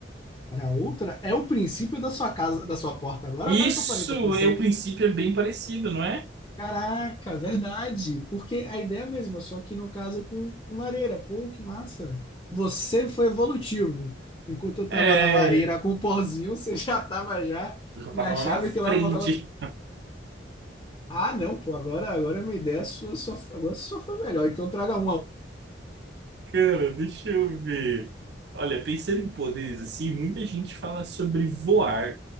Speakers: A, on the left; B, on the right.
A: para outra. É o princípio da sua casa, da sua porta agora,
B: isso,
A: agora que eu parei para pensar.
B: é, o princípio é bem parecido, não é?
A: Caraca, verdade. Porque a ideia é a mesma, só que no caso é com, com lareira. Pô, que massa. Você foi evolutivo. Enquanto eu tava
B: É,
A: na lareira com o pozinho, você <laughs> já tava já
B: eu já
A: na
B: tava lá
A: chave
B: na frente.
A: que leva pra aquela. Ah, não, pô, agora, agora a minha ideia sua, só, agora só foi melhor. Então traga uma.
B: Cara, deixa eu ver. Olha, pensando em poderes assim, muita gente fala sobre voar,